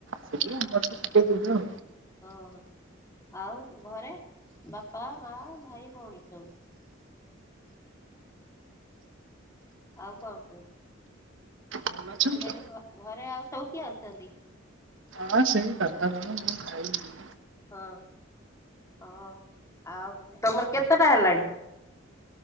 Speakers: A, on the right; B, on the left.
A: ସେଠି ଆମର ତ କେ ଦୂର।
B: ଓହୋ ଆଉ ଘରେ ବାପା, ମା, ଭାଇ, ଭଉଣୀ ସବୁ। ଆଉ କଣ କହୁ।
A: ଭଲ ଅଛନ୍ତି
B: ମୁଁ କହିନି
A: ତ?
B: ଘ-ଘରେ ଆଉ ସବୁ କିଏ ଆସଚନ୍ତି?
A: ହଁ ସେଇ କଥା ମୁଁ ମୁଁ ଖାଇଯିବି
B: ହଁ ଅ ଆଉ ତମର କେତେଟା ହେଲାଣି?